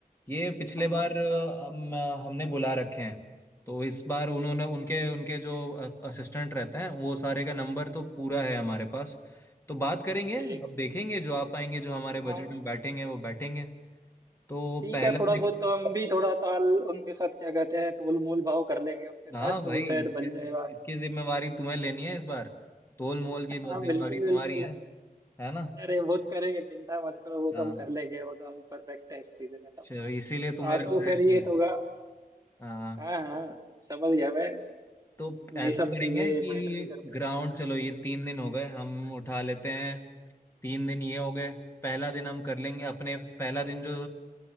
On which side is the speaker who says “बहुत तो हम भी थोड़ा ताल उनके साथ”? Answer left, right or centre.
Right